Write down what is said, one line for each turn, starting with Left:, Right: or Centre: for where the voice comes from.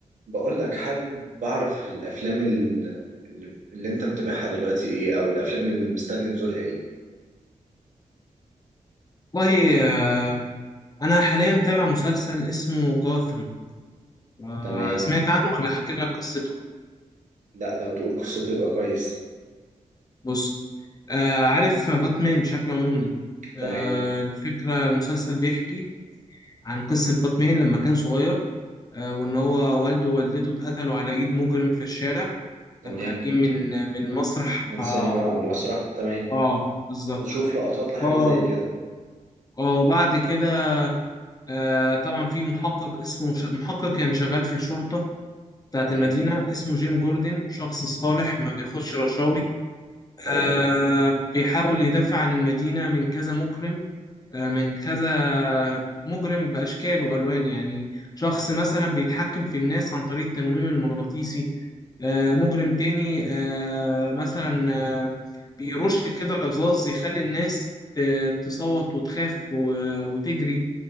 Right: بقول لك حابب أعرف الأفلام ال- اللي, اللي أنت متابعها دلوقتي إيه أو الأفلام اللي مستني نزولها إيه
Left: والله آه، أنا حاليا متابع مسلسل اسمه جاثم آه،
Right: تمام
Left: سمعت عنه ولا أحكي لك قصته؟
Right: لا لو تقول قصته يبقى كويس
Left: بص آه، عارف باتمان بشكل عمومي آه،
Right: تمام
Left: الفكرة المسلسل بيحكي عن قصة باتمان لما كان صغير آه، وإن هو والده ووالدته اتقتلوا على إيد مجرم في الشارع
Right: تمام
Left: كانوا خارجين من من مسرح
Right: من
Left: آه
Right: سينما
Left: و-
Right: أو مسرح تمام
Left: آه بالظبط
Right: بشوف لقطات لحاجة
Left: آه
Right: زي كده
Left: آه وبعد كده آه، طبعا في محقق اسمه ش... محقق يعني شغال في الشرطة بتاعت
Right: تمام
Left: المدينة اسمه جيم جوردن شخص صالح ما بياخدش رشاوي
Right: تمام
Left: آه بيحاول يدافع عن المدينة من كذا مكرم آه من كذا مجرم بأشكال وألوان يعني شخص مثلا بيتحكم في الناس عن طريق التنويم المغناطيسي آه مجرم تاني آه مثلا آه بيرش كده رذاذ يخلي الناس ت- تصوت وتخاف و- وتجري